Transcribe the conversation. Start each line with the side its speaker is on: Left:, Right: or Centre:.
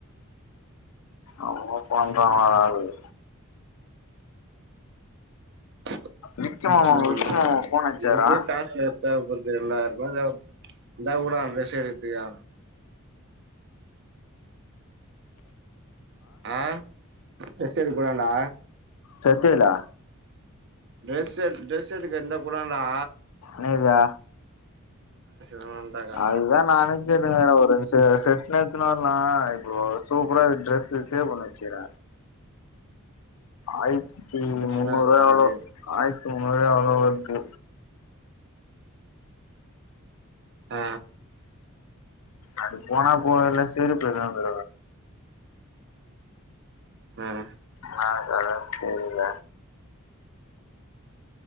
Left: அமா பண்ற மாிர ஆகுது
Right: <unintelligible>
Left: விக்கி மாமா
Right: தேபட்து
Left: விக்கி மாமா போன் அச்சாரா
Right: ரெண்டாயிரபா தேபட் இருந்தா கூடா ட்ரஸ் எடுக்கத்துக்கு ஆ ட்ரஸ் எடுக் கூடாண்டா
Left: சத்தலா
Right: ட்ரெஸு ட்ரெஸு எடுக்க எந்த குடான்டா
Left: நேதே
Right: வேண்டாக்கா
Left: அதுதா நானேக் கேட்டுநு இருக்குற செ செட்னா எத்துனு வர்லா இப்போ சூப்பரா டிரெஸூ சேவ் பண்ணி வச்சிக்கிற ஆயித்தி
Right: டென்ஷனா
Left: முன்னூறுபா
Right: வருது
Left: எவ்ளோ ஆயிரத்தி முன்னூறுபா எவ்ளோ வர்த்து
Right: ஆ
Left: அது போனா போல செருப்பு எதுவு தருவாங்க
Right: ம்
Left: ந அத தெரியல